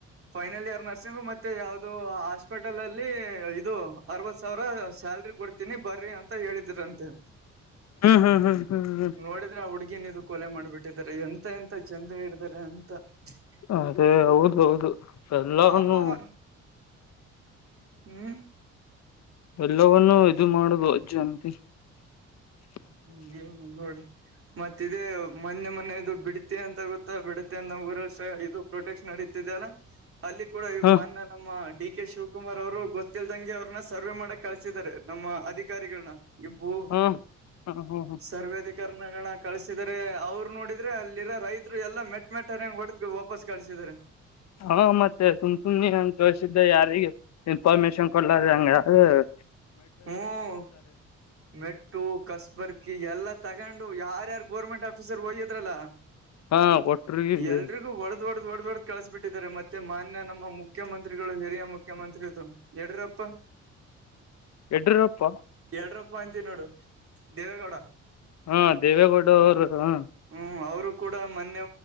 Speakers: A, on the right; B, on the left.
A: ಫೈನಲ್ ಇಯರ್ ನರ್ಸಿಂಗು ಮತ್ತೆ ಯಾವದೋ ಅ <unintelligible> ಹಾಸ್ಪಿಟಲ್ ಅಲ್ಲಿ ಇದು ಅರವತ್ ಸಾವಿರ ಸ್ಯಲ್ರಿ ಕೊಡ್ತೀನಿ ಬರ್ರಿ ಅಂತ ಹೇಳಿದ್ರಂತೆ.
B: ಹ್ಮ <inaudible> ಹ್ಮ್ ಹ್ಮ್ ಹ್ಮ ಹ್ಮ ಹ
A: ನೋಡಿದ್ರೆ ಹುಡ್ಗಿನ್ ಇದು ಕೊಲೆ ಮಾಡ್ಬಿಟ್ಟಿದ್ದಾರೆ ಎಂತ ಎಂತ ಜನರು ಇದ್ದಾರೆ ಅ <unintelligible> ತ್ತ <unintelligible>
B: ಅದೇ ಹೌದೌದು ಎಲ್ಲವನ್ನು
A: ಪಾಪ ಅವ
B: <inaudible>
A: ಹ್ಮ್
B: ಎಲ್ಲವವನ್ನುೂ ಇದು ಮಾಡುದು ಅಜ್ಜಂತಿ <inaudible>
A: ನೀ ನೋಡಿ ಮತ್ತೆ ಇದೆ ಮೊನ್ನೆ ಮೊನ್ನೆ ಇದು ಬಿಡ್ತಿ ಅಂತ ಗೊತ್ತಾ ಬಿಡತಿ <unintelligible> <unintelligible> ಪ್ರೊಟೆಕ್ಷನ್ ನಡೀತಿದ್ದ ಅಲ್ಲ ಅಲ್ಲಿ ಕೂಡ ಇ
B: ಹಾ
A: ಮಾನ್ ನಮ್ಮ ಡಿ ಕೆ ಶಿವಕುಮಾರ್ ಅವರು ಗೊತ್ತಿಲ್ದಂಗೆ ಅವ್ರನ್ನ ಸರ್ವೆ ಮಾಡಕ್ ಕಳಸಿದಿದ್ದಾರೆ ನಮ್ಮ ಅಧಿಕಾರಿಗಳನ್ನ ಇಪ್ಪು
B: ಹಾ ಹಾ ಹಾ ಹಾ
A: ಸರ್ವದಿಕ್ ಕರಣಗಳ ಕಳಸಿದಿದ್ದಾರೆ ಅವ್ರು ನೋಡಿದ್ರೆ ಅಲ್ಲಿರ ರೈತರು ಎಲ್ಲ ಮೆಟ್ಟ ಮೆಟ್ಟ ಹರೆಂಗ್ ಹೊಡೆದ ವಾಪಸ್ ಕಳಸಿದಿದ್ದಾರೆ.
B: ಹಾ ಮತ್ತೆ ಸುಮ್ ಸುಮನೇ ಹಂಗ್ ಕಳ್ಸಿದ್ದೆ ಯಾರಿಗ. ಇನ್ಫರ್ಮೇಶಷನ್ ಕೊಡ್ಲಾರ ಅಂಗ <unintelligible>
A: ಹ್ಮ <inaudible> ಮೆಟ್ಟು ಕಸ್ಬರ್ಕಿ ಎಲ್ಲಾ ತಗೊಂಡು ಯಾರ್ಯಾರು ಗೋರ್ಮೆಂಟ್ ಆಫೀಸರ್ ಹೋಗ್ಯಿದ್ರಲ್ಲ.
B: ಹಾ
A: <inaudible>
B: ಕೊಟ್ರಿಗೆ
A: ಎಲ್ರಿಗೂ ಬರುತ್ <unintelligible> ದಡ ದೊಡ್ಡ್ದ ದೊಡ್ಡ ದೊಡ್ಡ್ದ ಕಸ್ಬ ಬಿಟ್ಟಿದ್ದಾರೆ ಮತ್ತೆ ಮಾನ್ಯ ನಮ್ಮ ಮುಖ್ಯಮಂತ್ರಿಗಳು ಹಿರಿಯ ಮುಖ್ಯಮಂತ್ರಿದು ಯಡೂರಪ್ಪ
B: ಎಡ್ರೂರಪ್ಪ
A: ಎರಡರಪ್ಪ ಅಂತೀ ನೋಡು ದೇವೇಗೌಡ
B: ಹಾ ದೇವೇಗೌಡ ಅವರು ಹ
A: ಹ್ಮ್ ಅವರು ಕೂಡ ಮೊನ್ನೆ